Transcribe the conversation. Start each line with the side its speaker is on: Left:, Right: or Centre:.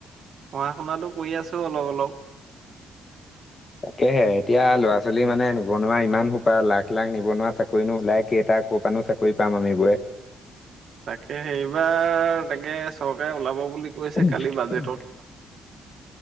Right: পঢ়া - শুনাটো কৰি আছোঁ, অলপ অলপ।
Left: তাকেহে এতিয়া ল'ৰা ছোৱালী মানে, নিবনুৱা ইমান সোপা লাখ লাখ নিবনুৱা। চাকৰিনো ওলাই কেইটা? ক'পাণো চাকৰি পাম আমি বোৱে।
Right: তাকে, সেইবাৰ তাকে চৰকাৰে ওলাব বুলি কৈছে
Left: উম',
Right: কালি বাজেটত
Left: <inaudible>